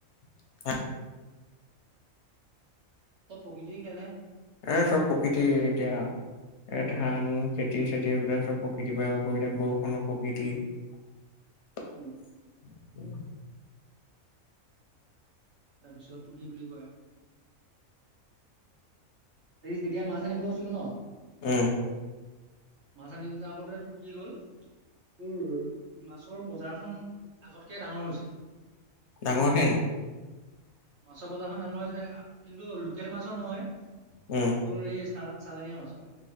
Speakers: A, on the left; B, on the right.
A: <unintelligible>
B: চব প্ৰকৃতিৰ খেলহে।
A: এ, চব প্ৰকৃতিৰ এতিয়া এই ধান, খেতি-চেতি এইবিলাক চব প্ৰকৃতিৰ পৰা হোৱা, এতিয়া বৰষুণো প্ৰকৃতি। <inaudible>
B: উম।
A: <unintelligible>
B: তাৰ পিছত তোৰ কি বুলি কয়। <unintelligible> যেতিয়া মাছ আনিব গৈছিলো ন
A: উম।
B: মাছ আনিব যাওঁ বলৈ তোৰ কি গ'ল? তোৰ মাছৰ বজাৰখন আগতকে ডাঙৰ হৈছে।
A: ডাঙৰ হে নে।
B: মাছৰ বজাৰখন ডাঙৰ হৈছে, কিন্তু লোকেল মাছৰ নহয়।
A: উম।
B: তোৰ এই চাল চালনীয়া মাছৰ।